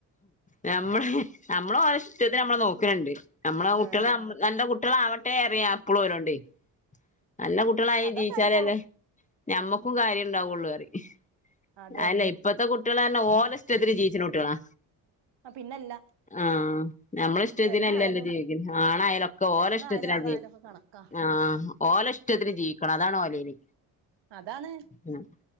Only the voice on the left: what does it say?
നമ്മള് നമ്മള് ഓലെ ഇഷ്ട്ടത്തിന് നമ്മള് നോക്കണണ്ട് നമ്മളെ കുട്ടികള്
നമ്മ നല്ല കുട്ടികളാവട്ടെ പറയാ എപ്പളും ഓരോണ്ടേ നല്ല കുട്ടികളായി
ജീവിച്ചാലല്ലേ
ഞമ്മക്കും കാര്യം ഇണ്ടാവുള്ളൂ പറയും
അതല്ലേ ഇപ്പത്തെ കുട്ടികള് പറഞ്ഞ ഓരെ ഇഷ്ട്ടത്തിന് ജീവിച്ചുന്ന കുട്ടികളാ
ആഹ് നമ്മളെ ഇഷ്ടത്തിനല്ലല്ല്
ജീവിക്കുന്നെ. ആണായാലും ഒക്കെ
ഓലെ ഇഷ്ടത്തിനാ
ജീവിക്ക
ആഹ് ഓലെഷ്ടത്തിന് ജീവിക്കണം അതാണ് ഓലേരി
ഉം.